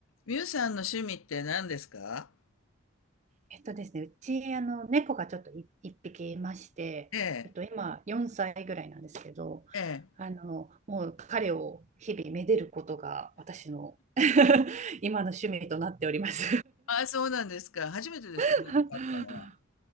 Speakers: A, on the left; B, on the right.
A: ミュウさんの趣味って何ですか
B: えっとですね、うち、あの、猫がちょっとい一匹いまして、
A: ええ、
B: えっと、今4歳ぐらいなんですけど、
A: ええ。
B: あの、もう彼を日々めでることが私の <laughs> 今の趣味となっております
A: ああ、そうなんですか。初めてですか、
B: <laughs>
A: 猫飼ったのは。